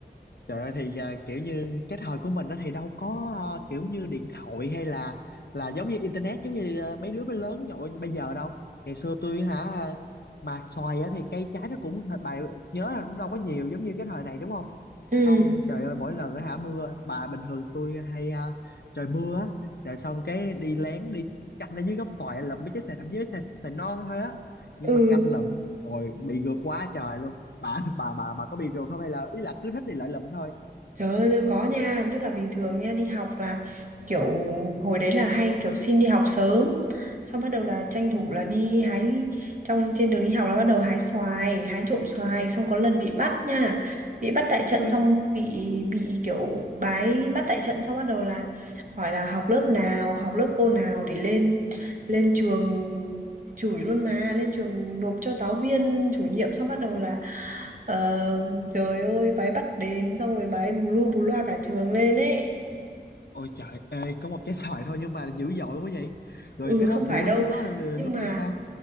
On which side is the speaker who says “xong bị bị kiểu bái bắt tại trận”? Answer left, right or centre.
Right